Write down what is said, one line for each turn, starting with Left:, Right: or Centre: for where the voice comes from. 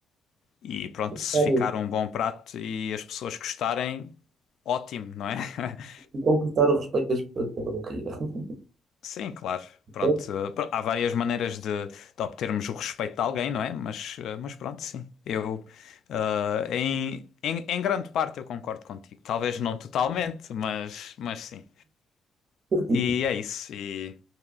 Left: e pronto, se
Right: conquistar
Left: ficar um bom prato e as pessoas gostarem, ótimo, não é? <laughs>
Right: e conquistar o respeito das pessoas pela barriga. <laughs>
Left: Sim, claro. Pronto,
Right: Certo?
Left: eh, pr- há várias maneiras de, de obtermos o respeito de alguém, não é? Mas, eh, mas pronto, sim. Eu, eh, em, em, em grande parte eu concordo contigo. Talvez não totalmente, mas, mas sim.
Right: Certíssimo.
Left: E é isso. E